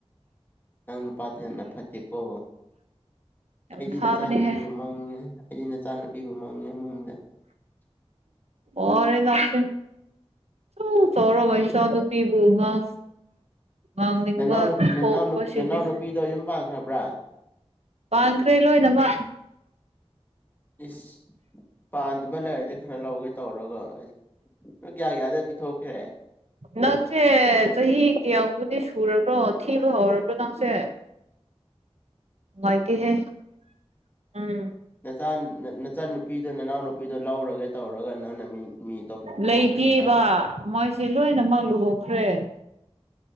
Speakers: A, on the left (about 20°); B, on the right (about 80°).
A: ꯅꯪ ꯅꯨꯄꯥꯗꯤ ꯌꯥꯝꯅ ꯐꯠꯇꯦꯀꯣ
B: ꯌꯥꯝ
A: ꯑꯩꯗꯤ
B: ꯐꯥꯕꯅꯦꯍꯦ
A: ꯅꯆꯥꯅꯨꯄꯤꯕꯨ ꯃꯪꯉꯦ ꯑꯩꯗꯤ ꯅꯆꯥꯅꯄꯤꯕꯨ ꯃꯪꯉꯦ ꯃꯪꯗ
B: ꯋꯥꯔꯦ ꯅꯡꯁꯦ ꯗꯨꯛ ꯆꯥꯎꯔꯒ ꯏꯆꯥꯅꯨꯄꯤꯕꯨ ꯉꯥꯡ ꯉꯥꯡꯅꯤꯡꯕ
A: ꯅꯅꯥꯎꯅꯨꯞ ꯅꯅꯥꯎꯅꯨꯞ
B: ꯊꯣꯛꯄꯁꯤꯗꯤ
A: ꯅꯅꯥꯎ ꯅꯨꯄꯤꯗꯣ ꯌꯨꯝ ꯄꯥꯟꯈ꯭ꯔꯕ꯭ꯔꯥ
B: ꯄꯥꯡꯈ꯭ꯔꯦ ꯂꯣꯏꯅꯃꯛ
A: ꯏꯁ ꯄꯥꯟꯗꯕ ꯂꯩꯔꯗꯤ ꯈꯔ ꯂꯧꯒꯦ ꯇꯧꯔꯒ ꯑꯁ ꯅꯣꯏ ꯀꯌꯥ ꯀꯌꯥꯗ ꯄꯤꯊꯣꯛꯈ꯭ꯔꯦ
B: ꯅꯟꯁꯦ ꯆꯍꯤ ꯀꯌꯥꯕꯨꯗꯤ ꯁꯨꯔꯕ꯭ꯔꯣ ꯊꯤꯕ ꯍꯧꯔꯕ꯭ꯔꯣ ꯅꯪꯁꯦ ꯅꯨꯡꯉꯥꯏꯇꯦꯍꯦ ꯎꯝ
A: ꯅꯆꯥꯟ ꯅꯆꯟꯅꯨꯨꯄꯤꯗꯣ ꯅꯅꯥꯎꯅꯨꯄꯤꯗꯣ ꯂꯧꯔꯒꯦ ꯇꯧꯔꯒ ꯅꯪꯅ ꯃꯤ ꯃꯤ ꯑꯇꯣꯞꯄ ꯄꯤꯊꯣꯛꯈ꯭ꯔꯦ
B: ꯂꯩꯇꯦꯕ
A: ꯍꯥꯏꯌꯦ
B: ꯃꯣꯏꯁꯦ ꯂꯣꯏꯅꯃꯛ ꯂꯨꯍꯣꯡꯈ꯭ꯔꯦ